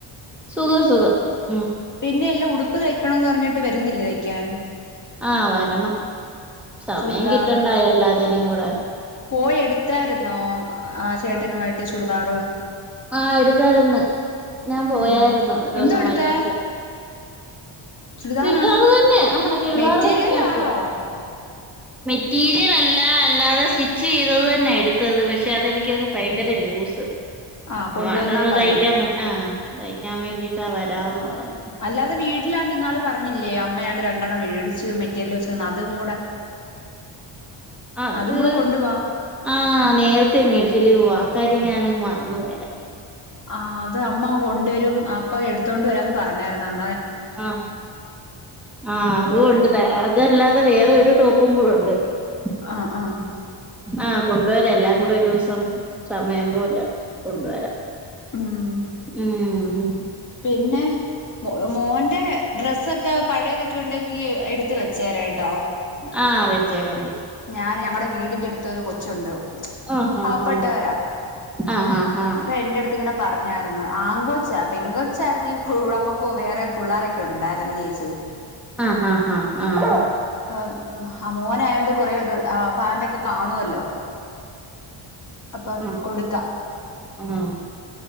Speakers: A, in the centre; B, on the left (about 40°).
A: സുഖം സുഖം ഉം
B: പിന്നെ എല്ലാം ഉടുപ്പ് തയ്ക്കണന്ന് പറഞ്ഞിട്ട് വരുന്നില്ലേ തയ്ക്കാൻ
A: ആ വരണം സമയം
B: ചുരിദാർ
A: കിട്ടണ്ടായോ എല്ലാത്തിനും കൂടെ
B: പോയി എടുത്തായിരുന്നോ ആ ചേട്ടനു ആയിട്ട് ചുടെതാറ്
A: ആ എടുത്തായിരുന്നു ഞാൻ പോയായിരുന്നു
B: ഉം
A: ഒരു
B: എന്തോ
A: ദിവസം
B: എടുത്തെ
A: വൈകിട്ട്
B: ചുടിദാറാണോ
A: ചുരിദാറ് തന്നെ ആഹ ചുരിദാറ്
B: മെറ്റീരിയൽ
A: തന്നെയ എടുത്തേ
B: ആണോ
A: മെറ്റീരിയൽ അല്ല അല്ലാതെ സ്റ്റിച്ച് ചെയ്തത് തന്നെ എടുത്തത് പക്ഷെ അതെനിക്കങ് ഭയങ്കര ലൂസ്
B: ആഹ്
A: അപ്പ
B: കൊണ്ടുവന്നാ
A: അതൊന്ന്
B: മതി
A: തയ്ക്കാൻ ആ തയ്ക്കാൻ വേണ്ടിട്ടാ വരാമെന്ന് പറഞ്ഞത്
B: അല്ലാതെ വീട്ടിലാണ്ട് ഇന്നാള് പറഞ്ഞില്ലയോ അമ്മയാണ്ട് രണ്ടെണ്ണം മേടിച്ച് മെറ്റീരിയൽ വെച്ചു തന്നു അതും കൂടെ
A: അത്
B: അതും കൂടെ കൊണ്ടുവാ
A: ആ നേരത്തെ മേടിച്ചിലൂവാ കാര്യം ഞാനങ്ങ് മറന്നു പോയായിരുന്നു
B: ആ അത് അമ്മ കൊണ്ടുവരും അപ്പം എടുത്തോണ്ട് വരാന്ന് പറഞ്ഞായിരുന്നു അ
A: ആ ആ അതുണ്ട്
B: കൊണ്ട്
A: അതല്ലാതെ വേറെ ഒരു ടോപ്പും കൂടെണ്ട് ണ്ട്
B: ആഹ ആഹ
A: ആ കൊണ്ടുവരാം എല്ലാം കൂടി ഒരു ദിവസം സമയം പോലെ കൊണ്ടുവരാം
B: ഉം
A: ഉം ഉം
B: പിന്നെ മോന്റെ ഡ്രസ്സൊക്കെ പഴയതൊക്കെ ഉണ്ടെങ്കിൽ എടുത്ത് വെച്ചേരാട്ടോ
A: ആഹ് വെച്ചേക്കാൻ
B: ഞാൻ ഞങ്ങളടെ വീടിന്റെ അടുത്തൊരു കൊച്ചുണ്ട്
A: ആഹ്
B: പാവപ്പെട്ടവരാ
A: ആഹ് ആഹ് ആഹ്
B: അപ്പ എന്റെ അടുത്ത് ഇങ്ങനെ പറഞ്ഞായിരുന്ന ആൺകൊച്ചാ പെൺ ച്ചരുന്നേ ക്കു നമുക്ക് വേറെ പിള്ളോരൊക്കെ ഉണ്ടായിരുന്നു ചേച്ചി
A: ആഹ് ആഹ് ആഹ് ആഹ് ആഹ് ആഹ്
B: ഇപ്പ മോനായോണ്ട് ആഹ് പാന്റ്ക്കെകാണുവല്ലോ അപ്പം
A: ആഹ്
B: കൊടുക്കാം
A: ആഹ്